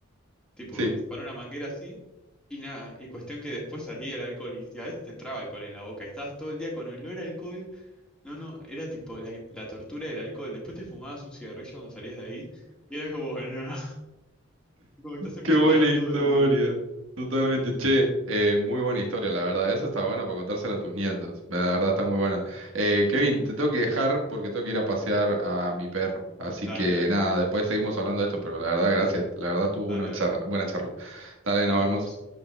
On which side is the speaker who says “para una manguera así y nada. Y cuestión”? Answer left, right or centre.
Centre